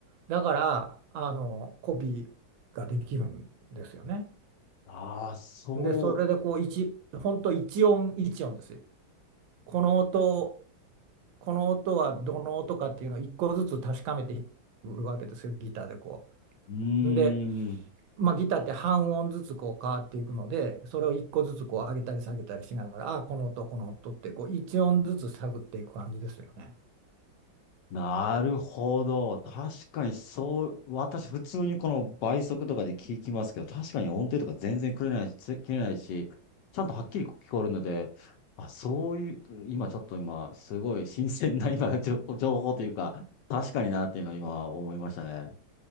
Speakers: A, on the right (about 80°); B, on the left (about 70°).
A: だから、あの、コピーができるんですよね。
B: ああ、そ
A: で、それでこう、一、本当一音一音です。この音この音はどの音かっていうのを一個ずつ確かめてくるわけですよ、ギターでこ
B: う。うーん。
A: う。で、まあ、ギターって半音ずつこう変わっていくので、それを一個ずつこう上げたり下げたりしながら、ああ、この音、この音ってこう一音ずつ探っていく感じですよね。
B: なるほど。確かにそう、私普通にこの倍速とかで聞きますけど、確かに音程とか全然切れないし、つ切れないし、ちゃんとはっきり聞こえるので、あ、そういう、今ちょっと今、すごい新鮮な今、情情報というか、確かになっていうのを今思いましたね。